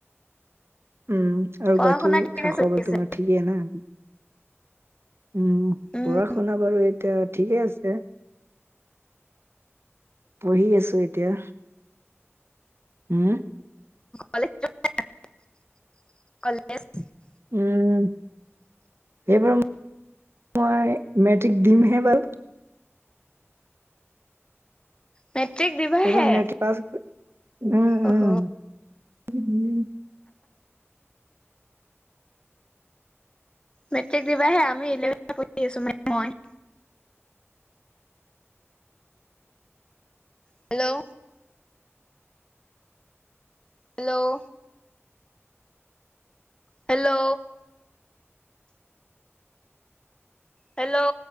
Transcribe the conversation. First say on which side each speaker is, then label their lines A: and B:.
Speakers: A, on the right; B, on the left.
A: উম, আৰু
B: পঢ়া
A: বাকী
B: শুনা কেনে
A: খা খবৰ
B: চলি আছে?
A: তোমাৰ ঠিকেই না? উম,
B: উম,
A: পঢ়া শুনা বাৰু এতিয়া ঠিকে আছে। পঢ়ি আছো এতিয়া। হম,
B: কলেজ - কলেজ <unintelligible>
A: উম, সেইবাৰ মই মেট্ৰিক দিমহে বাৰু
B: মেট্ৰিক
A: এইব
B: দিবাহে
A: মেট্ৰিক প উম
B: অহ
A: - উম
B: মেট্ৰিক দিবাহে আমিলেভেন পঢি আছো মানে মই হেল্ল', হেল্ল', হেল্ল'? হেল্ল',